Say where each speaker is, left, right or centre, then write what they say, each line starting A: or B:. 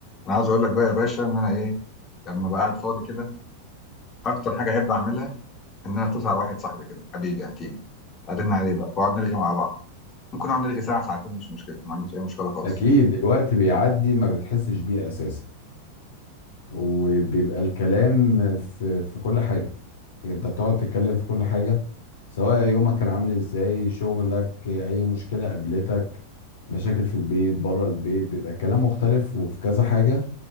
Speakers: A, on the left (about 30°); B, on the left (about 60°).
A: انا عاوز اقول لك بقى يا باشا ان انا ايه لما بقى قاعد فاضي كده اكتر حاجه احب اعملها ان انا اتصل على واحد صاحبي كده حبيبي انتيم ارن عليه بقى واقعد نرغي مع بعض ممكن نقعد نرغي ساعه ساعتين مش مشكله ما عنديش اي مشكله خالص
B: اكيد الوقت بيعدي ما بتحسش بيه اساسا وبيبقى الكلام في في كل حاجه يعني انت بتقعد تتكلم في كل حاجه سواء يومك كان عامل ازاي شغلك اي مشكله قابلتك مشاكل في البيت بره البيت بيبقى الكلام مختلف وفي كذا حاجه